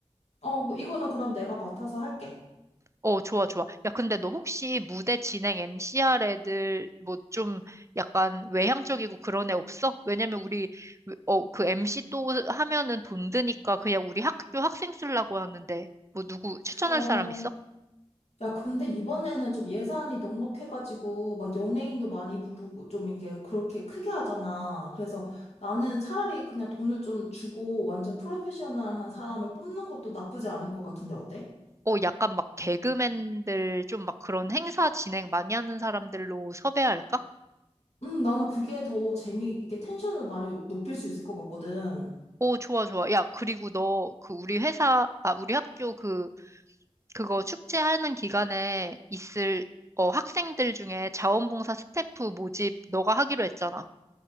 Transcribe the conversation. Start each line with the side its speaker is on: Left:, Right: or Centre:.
Left: 어, 뭐 이거는 그럼 내가 맡아서 할게.
Right: 어, 좋아, 좋아. 야, 근데 너 혹시 무대 진행 m c 할 애들 뭐 좀 약간 외향적이고 그런 애 없어? 왜냐면 우리 어, 그 MC 또 하면은 돈 드니까 그냥 우리 학교 학생 쓰려고 하는데 뭐 누구 추천할
Left: 어,
Right: 사람 있어?
Left: 야, 근데 이번에는 좀 예산이 넉넉해가지고, 막 연예인도 많이 부르고, 좀 이렇게 그렇게 크게 하잖아. 그래서 나는 차라리 그냥 돈을 좀 주고, 완전 프로페셔널한 사람을 뽑는 것도 나쁘지 않을 것 같은데, 어때?
Right: 어, 약간 막 개그맨들 좀 막 그런 행사 진행 많이 하는 사람들로 섭외할까?
Left: 음, 나는 그게 더 재미, 이게 텐션을 많이 높일 수 있을 것 같거든.
Right: 오, 좋아, 좋아. 야, 그리고 너 그 우리 회사, 아, 우리 학교 그 그거 축제하는 기간에 있을 어, 학생들 중에 자원봉사 스태프 모집 너가 하기로 했잖아.